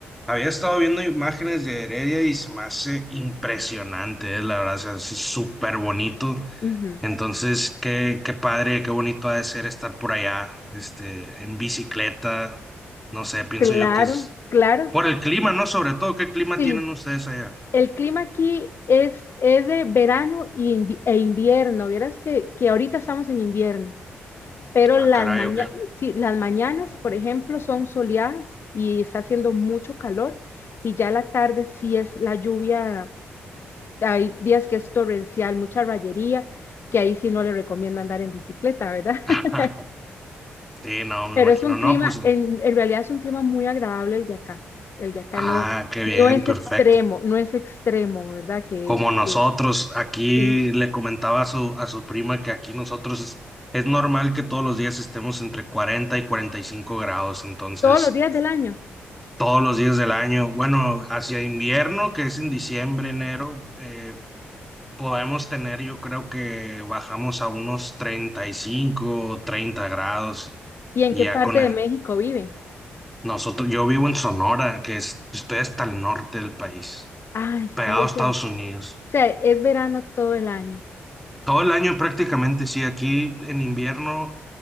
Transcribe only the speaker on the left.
Ujú.
Claro,
claro.
Sí,
el clima aquí es, es de verano y invi- e invierno. Vieras que, que ahorita estamos en invierno. Pero
las,
maña-
sí, las mañanas, por ejemplo, son soleadas y está haciendo mucho calor y ya la tarde sí es la lluvia, hay días que es torrencial, mucha rayería, que ahí sí no le recomiendo andar en bicicleta, ¿verdad?
<laughs>
Pero
es un
clima,
en, en realidad es un clima muy agradable el de acá. El de acá
no,
no es
extremo, no es extremo, ¿verdad? Que,
que
sí,
todos los días del año.
¿Y en
qué
parte
de México vive?
Ay,
sí,
eso.
O
sea, es verano todo el año.